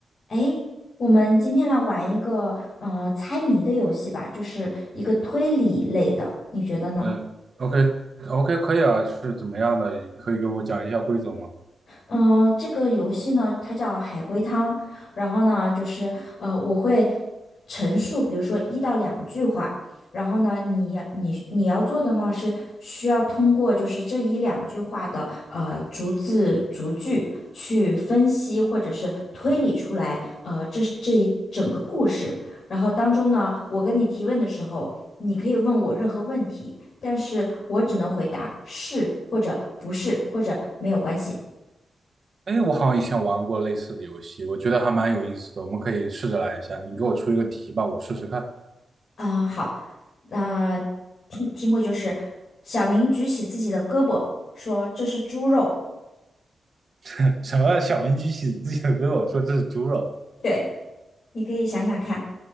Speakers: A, on the left (about 55°); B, on the right (about 40°).
A: 诶，我们今天来玩一个呃猜谜的游戏吧，就是一个推理类的，你觉得呢？
B: 呃，OK OK 可以啊，是怎么样的？你可以给我讲一下规则吗？
A: 呃，这个游戏呢，它叫海龟汤。然后呢，就是呃，我会陈述，比如说一到两句话。然后呢，你要你你要做的呢是需要通过就是这一两句话的呃逐字逐句去分析或者是推理出来呃这这一整个故事。然后当中呢，我跟你提问的时候，你可以问我任何问题，但是我只能回答是或者不是或者没有关系。
B: 哎，我好像以前玩过类似的游戏，我觉得还蛮有意思的，我们可以试着来一下。你给我出一个题吧，我试试看。
A: 啊、好，那题题目就是小明举起自己的胳膊，说这是猪肉。
B: <laughs> 什么小明举起自己的胳膊说这是猪肉，
A: 对，你可以想想看，